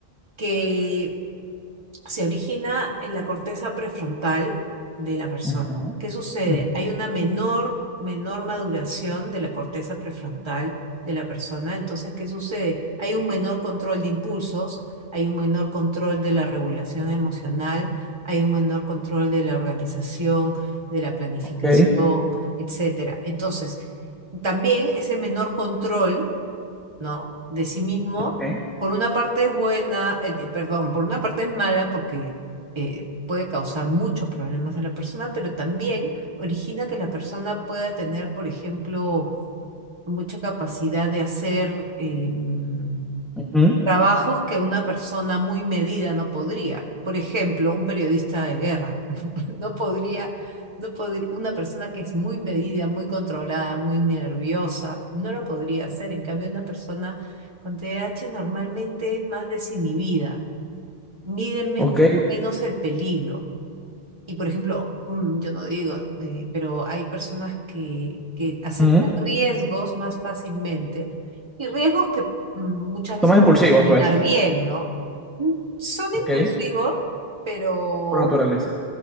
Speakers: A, on the right; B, in the centre.
A: que se origina en la corteza prefrontal de la persona.
B: Ujú,
A: ¿Qué sucede?
B: ujú.
A: Hay una menor, menor maduración de la corteza prefrontal de la persona. Entonces, ¿qué sucede? Hay un menor control de impulsos, hay un menor control de la regulación emocional, hay un menor control de la organización, de la planificación,
B: Ok.
A: etcétera. Entonces, también ese menor control ¿no? De sí mismo,
B: Ok.
A: por una parte es buena, eh, eh, perdón, por una parte es mala porque eh, puede causar muchos problemas a la persona, pero también origina que la persona pueda tener, por ejemplo, mucha capacidad de hacer em,
B: Ujú,
A: trabajos que una persona muy medida no podría. Por ejemplo, un periodista de guerra. No podría, no podría, una persona que es muy medida, muy controlada, muy nerviosa, no lo podría hacer. En cambio, una persona con TDAH normalmente es más desinhibida, mídenme
B: Ok.
A: un poco menos el peligro. Y por ejemplo, mm, yo no digo, eh, pero hay personas que, que aceptan
B: Ujú.
A: riesgos más fácilmente y riesgos que mm, muchas veces
B: Son más
A: pueden
B: impulsivos,
A: terminar
B: pues,
A: bien, ¿no? Mm, Son impulsivos,
B: ¿ok?
A: pero
B: Por naturaleza.